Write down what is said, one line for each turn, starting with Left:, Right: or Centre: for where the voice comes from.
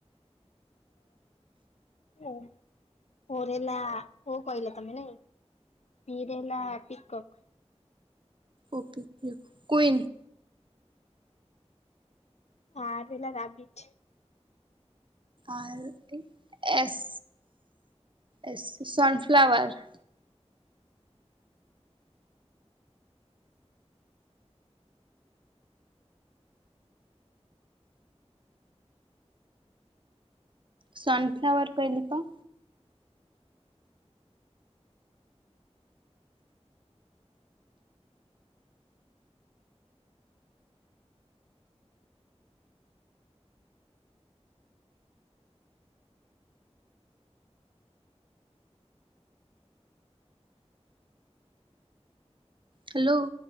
Left: ଓ ହେଲା, ଓ କହିଲ ତମେ ନାଇ? ପି ରେ ହେଲା ପିକକ୍।
Right: Okay queen.
Left: ଆର ହେଲା rabbit.
Right: R S S sunflower. Sunflower କହିଲି ତ। ହ୍ୟାଲୋ।